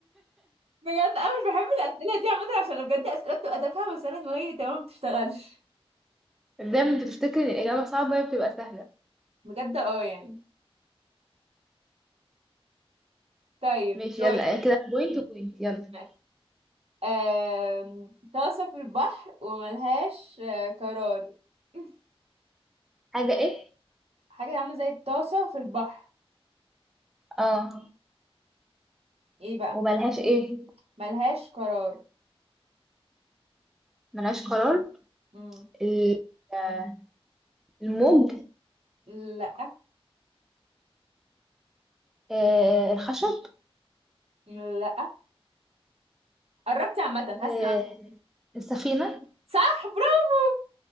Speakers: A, on the right; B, in the centre.
A: بجد انا مش بحب الاسئله دي عامه عشان بجد اسئله بتبقى تافهه بس انا دماغي تمام ما بتشتغلش
B: دايما بتفتكر ان الاجابه صعبه هي بتبقى سهله
A: بجد اه يعني طيب
B: ماشي
A: دوري
B: يلا يعني كده انا بوينت وبوينت يلا
A: ماشي آم، طاسه في البحر وملهاش آه، قرار <laughs>
B: حاجه ايه
A: حاجه عامله زي الطاسه في البحر
B: اه
A: ايه بقى
B: وملهاش ايه
A: ملهاش قرار
B: ملهاش قرار
A: مم.
B: ال- آه، الموج
A: لا
B: آه الخشب
A: لا قربتي عامه حاسه
B: آه
A: قربتي.
B: السفينه <laughs>
A: صح برافو